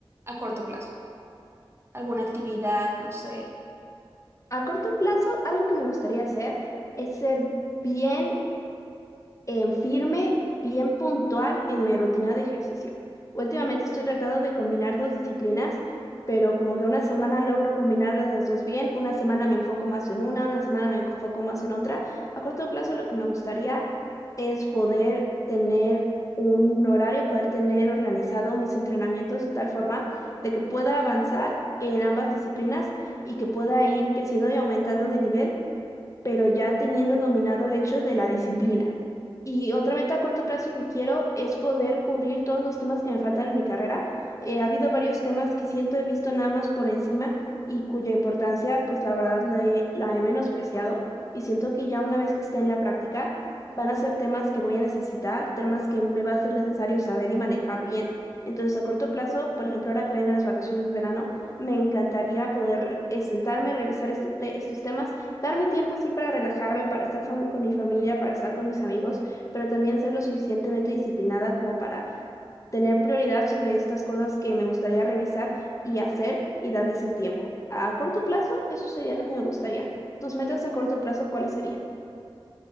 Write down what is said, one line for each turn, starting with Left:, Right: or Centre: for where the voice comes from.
Right: a corto plazo? ¿Alguna actividad? No sé.
Left: A corto plazo, algo que me gustaría hacer es ser bien em, firme, bien puntual en mi rutina de ejercicio. Últimamente estoy tratando de combinar dos disciplinas, pero como que una semana logro combinarlas las dos bien, una semana me enfoco más en una, una semana me enfoco más en otra. A corto plazo lo que me gustaría es poder tener un horario, poder tener organizado mis entrenamientos de tal forma de que pueda avanzar en ambas disciplinas y que pueda ir creciendo y aumentando de nivel pero ya teniendo dominado el hecho de la disciplina. Y otra meta a corto plazo que quiero es poder cubrir todos los temas que me faltan en mi carrera. Eh, ha habido varios temas que siento he visto nada más por encima y cuya importancia, pues la verdad, le- la he menospreciado. Y siento que ya una vez que esté en la práctica, van a ser temas que voy a necesitar, temas que me va a ser necesario saber y manejar bien. Entonces, a corto plazo, por ejemplo, ahora que vengan las vacaciones de verano, me encantaría poder eh, sentarme, revisar este te- estos temas Darme tiempo, sí, para relajarme, para estar fam- con mi familia, para estar con mis amigos, pero también ser lo suficientemente disciplinada como para tener prioridad sobre estas cosas que me gustaría revisar y hacer y darles el tiempo. A corto plazo, eso sería lo que me gustaría. ¿Tus metas a corto plazo cuáles serían?